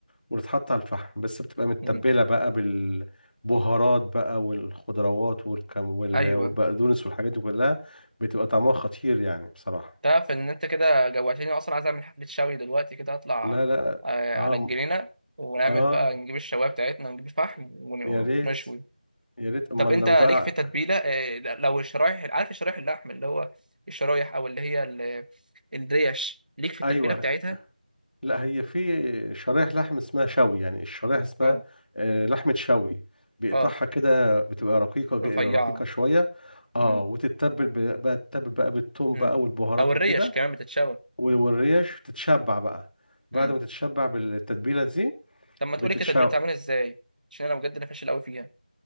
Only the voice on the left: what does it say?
وتتحط على الفحم بس بتبقى متبله
بقى بالبهارات بقى والخضروات والكم وال-
والبقدونس والحاجات دي كلها بتبقى طعمها خطير يعني بصراحه
لا لا
اه
اه
يا ريت
يا ريت امال
لو
بقى
ايوه
لا هي في شرايح لحم اسمها شوي يعني الشرايح اسمها
آه، لحمة شوي بيقطعها
كده بتبقى رقيقة ج-
رقيقة شوية اه
وتتبل ب- بقى تتبل بقى بالثوم
بقى والبهارات
وكده
وال- والريش تتشبع بقى بعد
ما تتشبع بالتتبيلة دي
بتتشوح